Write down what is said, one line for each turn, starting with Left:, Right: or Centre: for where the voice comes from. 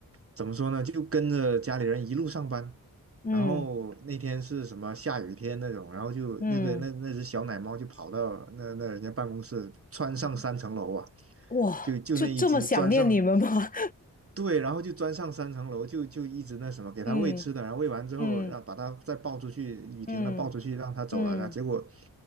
Right: 怎么说呢，就跟着家里人一路上班，
Left: 嗯
Right: 然后那天是什么下雨天那种，然后就那个那那只小奶猫就跑到那那人家办公室，
Left: 嗯，
Right: 窜上三层楼啊，
Left: 嗯哇，
Right: 就就那一只钻上。
Left: 就这么想念你们吗？
Right: 对，然后就钻上三层楼，就就一直那什么，给它喂吃的，
Left: <laughs> 嗯
Right: 然后喂完之后，
Left: 嗯
Right: 然后把它再抱出去，雨停了抱出去，
Left: 嗯
Right: 让它走了，
Left: 嗯。
Right: 然后结果